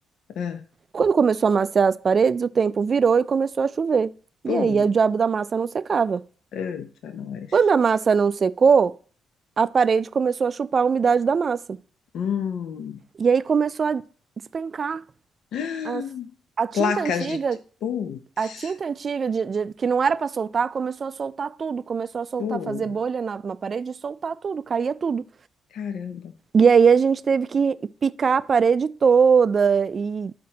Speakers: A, on the left; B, on the right.
A: Ah,
B: Quando começou a amaciar as paredes, o tempo virou e começou a chover.
A: pum.
B: E aí o diabo da massa não secava.
A: Eita, nós.
B: Quando a massa não secou, a parede começou a chupar a umidade da massa.
A: Hum.
B: E aí começou a despencar.
A: <gasps>
B: As- A tinta
A: Placas
B: antiga,
A: de. ti- Putz,
B: a tinta antiga de- de- que não era para soltar, começou a soltar tudo. Começou a soltar,
A: pô,
B: fazer bolha na na parede e soltar tudo, caía tudo.
A: caramba.
B: E aí a gente teve que picar a parede toda e